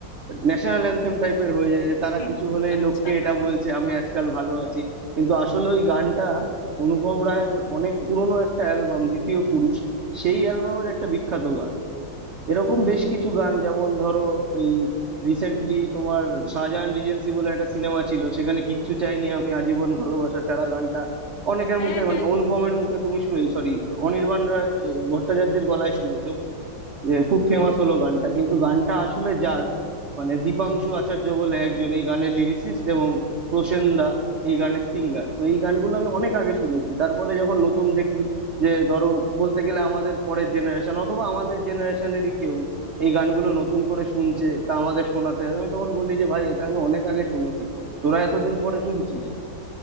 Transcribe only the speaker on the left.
<laughs>
আচ্ছা
হ্যাঁ
হ্যাঁ